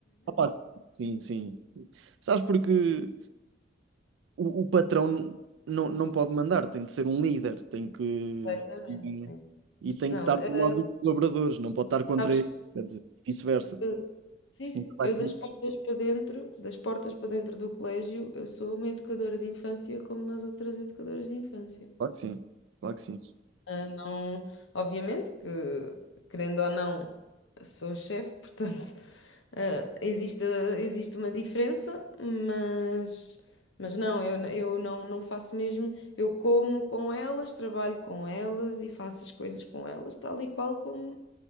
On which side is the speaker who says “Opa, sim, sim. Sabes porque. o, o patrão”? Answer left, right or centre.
Right